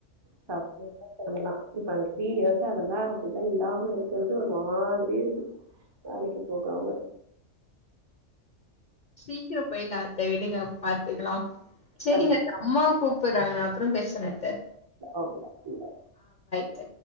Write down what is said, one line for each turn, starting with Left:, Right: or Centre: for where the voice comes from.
Right: சப்ரைஸா பண்ணலா இப்ப அதுக் த்ரீ இயர்ஸா அதலா அப்டிலா இல்லாம இருக்கறது ஒரு மா திரி இருக்கு வேலைக்கு போகாம
Left: சீக்கிர போயிலா அத்த விடுங்க பாத்துக்கலா சரிங்க
Right: தண்ணி
Left: அது அம்மா கூப்பிடுறாங்க நா அப்பறோ பேசுறே அத்த
Right: ஓகேடா இல்ல
Left: சரி